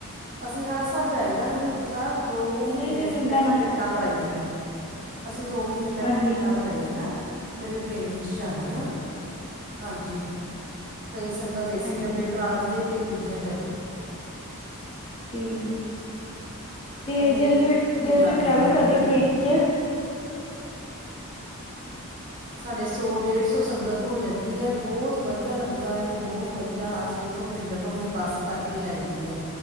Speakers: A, on the right (about 35°); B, on the left (about 25°).
A: ਅਸੀਂ ਹਰ ਸਾਲ ਜਾਈਦਾ ਹਜ਼ੂਰ ਸਾਹਿਬ। ਦੋ ਮਹੀਨੇ
B: ਨਹੀਂ ਫਿਰ
A: ਅਸੀਂ
B: ਸੁਣਦਾ
A: ਪਹਿਲਾਂ
B: ਨੀ
A: ਟਿਕਟਾਂ ਕਰਾਈ ਦੀਆਂ। ਅਸੀਂ ਦੋ ਮਹੀਨੇ ਪਹਿਲਾਂ
B: ਹਾਂਜੀ
A: ਟਿਕਟਾਂ ਕਰਾਈ ਦੀਆਂ ਫਿਰ ਅਸੀਂ ਟਰੇਨ 'ਚ ਜਾਂਦੇ ਹਾਂ। ਹਾਂਜੀ, ਕਈ ਸੰਗਤ ਏਸੀ
B: ਹਾਂਜੀ
A: ਡੱਬੇ ਕਰਾ ਲੈਂਦੇ। ਕਈ ਦੂਜੀਆਂ ਚ,
B: ਠੀਕ ਹੈ ਜੀ ਤੇ
A: ਲੈਂਦੇ
B: ਜਦੋਂ
A: ਆ
B: ਜਦੋਂ
A: ਸਾਰੀ ਰਲ
B: ਤੁਸੀਂ ਟਰੈਵਲ
A: ਮਿਲ ਜਾਂਦੀ
B: ਕਰਦੇ
A: ਸਾਡੇ
B: ਹੋ
A: ਹੁੰਦੀ
B: ਟ੍ਰੇਨ
A: ਹੈ
B: ਚ
A: ਸਾਡੇ ਸੌ ਡੇਢ ਸੌ ਸੰਗਤ ਹੋ ਜਾਂਦੀ ਹੈ। ਬਹੁਤ ਵਧੀਆ ਲੱਗਦਾ ਬਹੁਤ ਵਧੀਆ ਅਸੀਂ ਉਹ ਪਿੰਡ ਤੋਂ ਹੀ ਬੱਸ ਕਰਕੇ ਜਾਈ ਦੀ ਹੈ